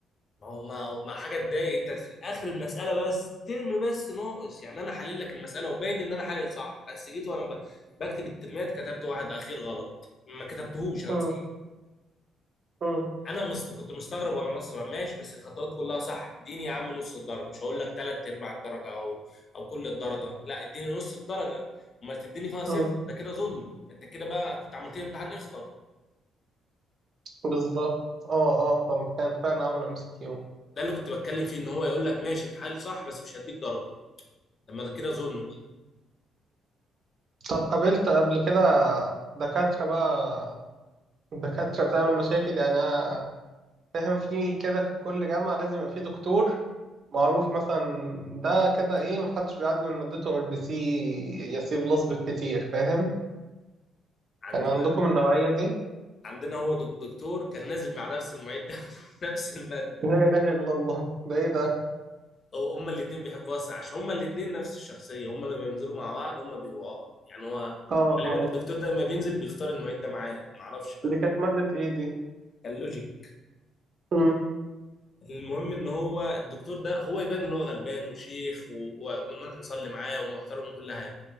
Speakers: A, on the left; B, on the right.
A: ما هو ما هو ما حاجه تضايق انت في الاخر المساله بس ترم بس ناقص يعني انا حلل لك المساله وباين ان انا حلل صح بس جيت وانا ب... بكتب الترمات كتبت واحد اخير غلط ما كتبتهوش انا
B: م-
A: نسيت
B: م.
A: انا مست... كنت مستغرب وانا بسمع ماشي بس الخطوات كلها صح اديني يا عم نص الدرجه مش هقول لك ثلاث ارباع الدرجه او او كل الدرجه لا اديني نص الدرجه امال تديني فيها صفر
B: مم.
A: ده كده ظلم انت كده بقى كنت عملت لي امتحان اخطر
B: بالظبط اه اه طب كان فعلا عملوا ام سي كيو
A: ده اللي كنت بتكلم فيه ان هو يقول لك ماشي انت حل صح بس مش هديك درجه لما ده كده ظلم
B: طب قابلت قبل كده دكاترة بقى دكاترة بتعمل مشاكل يعني أنا فاهم في كده في كل جامعة لازم يبقى في دكتور معروف مثلا ده كده ايه محدش بيعدي من مادته غير بي سي يا سي بلس بالكتير فاهم
A: عندنا
B: كان عندكم النوعية دي
A: عندنا هو دك- دكتور كان نازل مع نفس المعيد ده <laughs> في نفس الماده
B: لا إله إلا الله ده ايه ده
A: أو هما الاتنين بيحبوا واسع عشان هما الاتنين نفس الشخصية هما لما بينزلوا مع بعض هما بيبقوا اه يعني هو
B: اه
A: غالبا
B: اه
A: الدكتور ده لما بينزل بيختار المعيد ده معاه معرفش بقى
B: دي كانت مادة ايه دي
A: كان لوجيك
B: مم.
A: المهم ان هو الدكتور ده هو يبان ان هو غلبان وشيخ و- وبنروح نصلي معاه ومحترم وكل حاجة